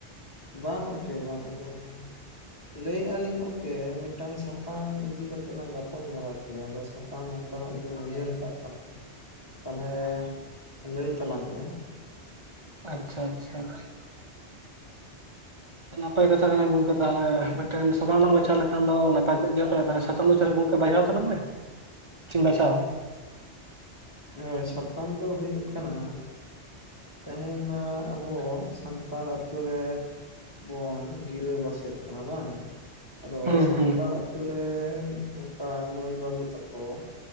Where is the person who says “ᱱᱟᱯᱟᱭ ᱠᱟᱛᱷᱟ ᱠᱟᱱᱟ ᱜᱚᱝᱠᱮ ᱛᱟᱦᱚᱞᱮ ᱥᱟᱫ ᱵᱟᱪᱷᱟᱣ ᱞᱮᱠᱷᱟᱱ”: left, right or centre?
Right